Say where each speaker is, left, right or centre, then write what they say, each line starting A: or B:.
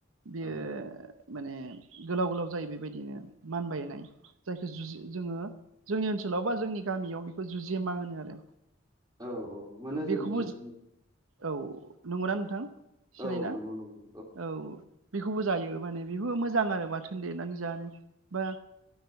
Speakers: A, on the right; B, on the right.
A: बियो
B: औ
A: माने गोलाव गोलाव जायो बेबायदिनो मानबायनाय जायखौ जुजि जोङो जोंनि ओनसोल सोलावबा जोंनि गामियाव बेखौ जुजेमा होनो आरो।
B: औ मोनो
A: बेखौबो
B: जोंनिथिं
A: औ नंगौना नोंथां। सिनायोना
B: औ नंगौ नंगौ
A: औ बेखौबो जायो। माने बेबो मोजां आरो बाथोन देनानै जानो बा